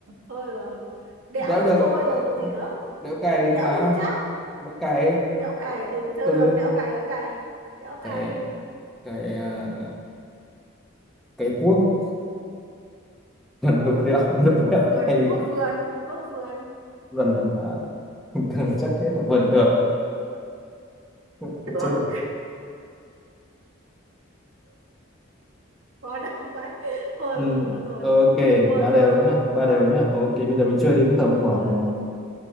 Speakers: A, on the right; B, in the centre.
A: thôi rồi đẽo
B: đẽo được
A: thì thôi
B: ờ,
A: rồi còn gì nữa
B: đẽo cày được
A: đẽo
B: mà
A: đục chắc
B: đĩa cày
A: đẽo cày à? ừ thôi
B: ừ
A: được đẽo cày đẽo cày đẽo cày
B: cái cái à, cái cuốc vườn
A: cuốc
B: đục địa
A: à
B: <laughs> đục
A: cuốc
B: địa
A: vườn
B: hay
A: cuốc vườn cuốc vườn
B: vườn là là <laughs> thường là chắc chết rồi vườn tược <laughs>
A: được
B: chết rồi
A: quá đáng vậy <laughs> thôi
B: ừ,
A: rồi thôi rồi
B: ok
A: thua
B: ba
A: thua
B: đều
A: thua
B: nhá ba
A: thua
B: đều nhá ok bây giờ mình chơi đến tầm
A: rồi
B: khoảng ờ,